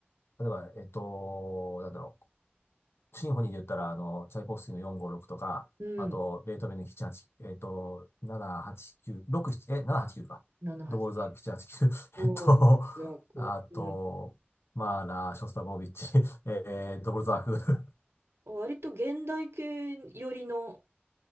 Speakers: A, on the left; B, on the right.
A: 例えば、えっと、なんだろう、シンフォニーで言ったら、あの、チャイコフスキーの456とか、
B: うん。
A: あと、ベートーベンの78、はちえっと、789、67、きゅうろくななえ、789か。
B: 78。
A: ドボルザーク789、はちきゅう <laughs> えっと、
B: はちそうジャクうん。
A: あと、マーラー、ショスタコービッチ、<laughs> えー、ドボルザーク。<laughs>
B: 割と現代系寄りの